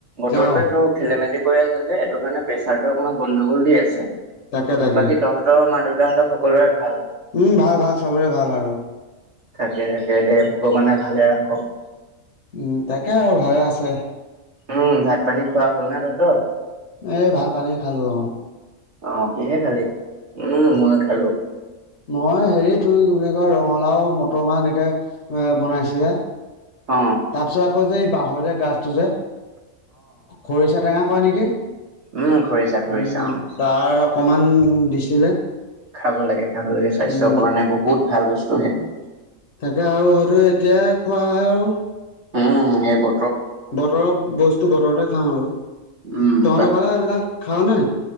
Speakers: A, on the right; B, on the left.
A: বতৰটোয়ে
B: অ
A: তোৰ খেলি-মেলি কৰি আছে যে এইটো কাৰণে প্ৰেছাৰতো অকমান গণ্ডগোল দি আছে।
B: তাকে তাকে
A: বাকী তহঁতৰ মা-দেউতা সকলোৰে ভাল?
B: উম ভাল ভাল, চবৰে ভাল আৰু।
A: তাকে তাকে দে' ভগৱানে ভালে ৰাখক।
B: উম, তাকে আৰু ভালে আছে।
A: উম, ভাত পানী খোৱা হ'ল না তহঁতৰ?
B: এ ভাল পানী খালো অ'।
A: অ', কিহে খালি? উম মইও খালো।
B: মই হেৰি তোৰ কি বুলি কয় ৰঙালাও মটৰ মাহ এনেকে এ বনাইছিলে।
A: অ
B: তাৰপিছত আকৌ যে এই বাঁহৰ যে গাজটো যে। খৰিচা টেঙা কয় নেকি
A: উম খৰিচা খৰিচা
B: উম
A: অ।
B: তাৰ সমান দিছিলে
A: খাব লাগে খাব লাগে স্বাস্থ্যৰ
B: উম
A: কাৰণে বহুত ভাল বস্তু সেইটো।
B: তাকে আৰু সৰু এতিয়াই খোৱা আহে আৰু
A: উম হেইবো
B: বতৰৰ বস্তু বতৰতে খাওঁ আৰু
A: উম
B: তহঁতৰ
A: বাকী
B: পালে এইবিলাক খাওঁ নে।